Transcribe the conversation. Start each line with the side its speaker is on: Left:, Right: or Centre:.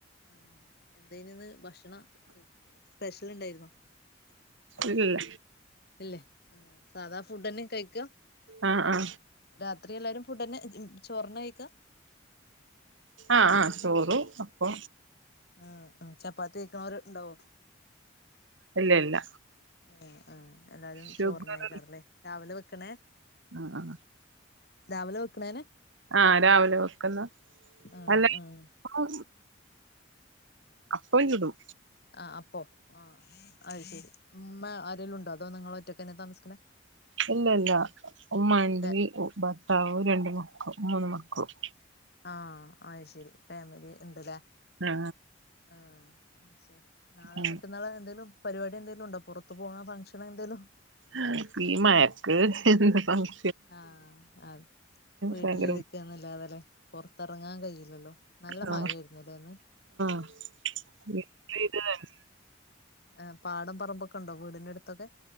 Left: ആഹ് എന്തേനിന്ന് ഭക്ഷണം സ്പെഷ്യൽ ഇണ്ടായിരുന്നോ
Right: ഇല്ല
Left: ഇല്ലേ സാധാ ഫുഡേന്നെ കഴിക്കാ
Right: ആഹ ആ
Left: രാത്രി എല്ലാരും ഫുഡെന്നെ ചോർന്നെ കഴിക്കാ
Right: ആഹ ആഹ ചോറു അപ്പൊ
Left: ഉം ഉ ചപ്പാത്തി കഴിക്കുണോര് ഇണ്ടാവോ
Right: ഇല്ല ഇല്ല
Left: ഹേ ഹേ എല്ലാരും
Right: ഷുഗർ
Left: ചോറ്നേക്കാരല്ലേ രാവിലെ വെക്ക്ണേ
Right: ആ ആ
Left: രാവിലെ വെക്ക്ണേനെ
Right: ആഹ രാവിലെ വെക്ക്ന്ന്
Left: ആഹ്
Right: അല്ലേ ഇപ്പം
Left: ആഹ്
Right: അപ്പചുടും
Left: ആ അപ്പം ആഹ അയ്ശെരി ഇമ്മേ ആരെലും ഇണ്ടോ അതോ നിങ്ങൾ ഒറ്റക്കെന്നെ താമസിക്ക്ണെ
Right: ഇല്ല ഇല്ല ഉമ്മണ്ട്
Left: അതെ
Right: ഭർത്താവ് രണ്ട് മക്ക മൂന്ന് മക്കളും
Left: ആഹ അയ്ശെരി ഫാമിലി ഇണ്ട്ലെ
Right: ആ
Left: ആ ശരി നാളെ
Right: ആ.
Left: മറ്റന്നാളോ എന്തേലും പരിപാടി എന്തെങ്കിലും ഉണ്ടോ പുറത്ത് പോവ്ണ ഫംഗ്ഷൻ എന്തെലും
Right: ആ ഈ മഴക്ക് എന്ത്‌ ഫംഗ്
Left: ആഹ അ വീട്ടിലിരിക്കാന്നല്ലാതേല്ലെ
Right: ഭയങ്കര
Left: പോറത്തിറങ്ങാൻ കയില്ലല്ലോ നല്ല
Right: ആ
Left: മയയിരുന്നുല്ലേ ഇന്ന്
Right: <unintelligible>
Left: ആ പാടം പറമ്പൊക്കെ ഉണ്ടോ വീടിന്റെ അടുത്തൊക്കെ